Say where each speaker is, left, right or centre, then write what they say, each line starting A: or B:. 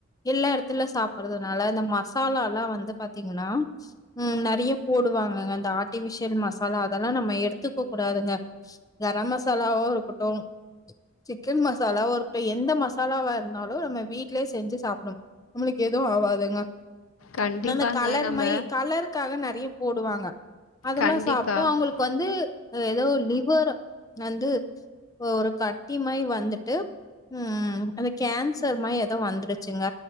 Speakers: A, on the left (about 15°); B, on the left (about 80°).
A: எல்லா இடத்துல சாப்பறதுனால இந்த மசாலால்லா வந்து பாத்தீங்கன்னா ம் நெறைய போடு வாங்கங்க அந்த ஆ ர்ட்டிபிஷ்யன் மசாலா அதெல்லா நம்ம எடுத்துக்க கூடாதுங்க கரம் மசாலாவோ இருக்கட்டு சிக்கன் மசாலாவா இருக்கட்டு எந்த மசாலாவா இருந்தாலு நம்ம வீட்லயே செஞ்சி சாப்டணு நம்மளுக் கு எதுவு ஆவாதுங்க
B: கண்டிப்பாங்க
A: இந்தந்த கலர்
B: நம்ம
A: மை கலருக்காக நெறைய போடுவாங்க அதெல்லா
B: கண்டிப்பாக
A: சாப்ட்டு அவுங்களுக்கு வந்து ஏதோ லிவர் வந்து ஒரு கட்டிமாயி வந்துட்டு ம் அந்த கேன்சர் மாயி எதோ வந்துருச்சுங்க